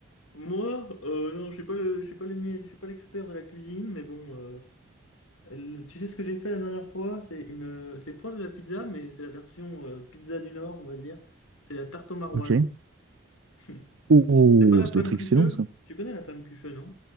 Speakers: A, on the left; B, on the right.
A: Moi, euh, non, je suis pas le, je suis pas le, mie- je suis pas l'expert de la cuisine, mais bon. euh, le- tu sais ce que j'ai fait la dernière fois? C'est une, c'est proche de la pizza, mais c'est la version euh, pizza du Nord, on va dire. C'est la tarte au maroilles.
B: Ok.
A: <laughs>
B: Oh, oh,
A: C'est pas la
B: oh, ça
A: flamme
B: doit être excellent,
A: cucheux.
B: ça.
A: Tu connais la flamme cucheux, non?